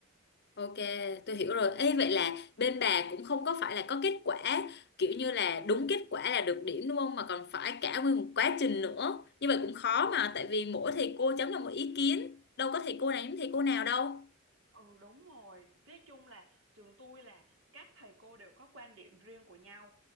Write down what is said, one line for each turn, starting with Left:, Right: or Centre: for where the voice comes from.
Left: Ok, tôi hiểu rồi. Ê, vậy là bên bà cũng không có phải là có kết quả kiểu như là đúng kết quả là được điểm đúng không? Mà còn phải cả nguyên một quá trình nữa. Như vậy cũng khó mà, tại vì mỗi thầy cô chấm là một ý kiến. Đâu có thầy cô này giống thầy cô nào đâu.
Right: Ừ đúng rồi, cái chung là trường tôi là các thầy cô đều có quan điểm riêng của nhau.